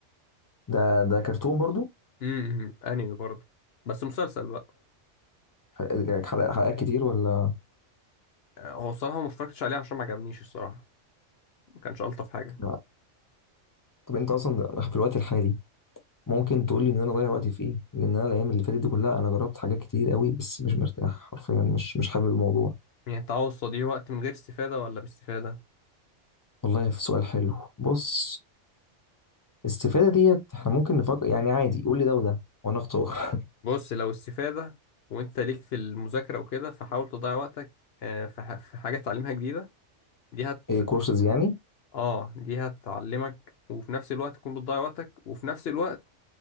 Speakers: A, on the left (about 20°); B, on the left (about 60°).
A: ده ده كرتون برضو
B: امم انمي برضه بس مسلسل بقى
A: حلقات حلقات كتير ولا
B: آه، هو الصراحة ما اتفرجتش عليه عشان ما عجبنيش الصراحة ما كانش ألطف حاجة
A: لا طب انت اصلا في الوقت الحالي ممكن تقول لي ان انا اضيع وقتي في ايه لان انا الايام اللي فاتت دي كلها انا جربت حاجات كتير قوي بس مش مرتاح حرفيا مش مش حابب الموضوع
B: يعني التعوض دي وقت من غير استفادة ولا باستفادة
A: والله في سؤال حلو بص الاستفاده ديت احنا ممكن نفكر يعني عادي قول لي ده وده وانا اختار
B: بص لو استفادة وانت ليك في المذاكرة وكده فحاول تضيع وقتك آه، في ح- في حاجة تتعلمها جديدة دي
A: <laughs>
B: هت
A: ايه كورسز يعني
B: اه دي هتعلمك وفي نفس الوقت تكون بتضيع وقتك وفي نفس الوقت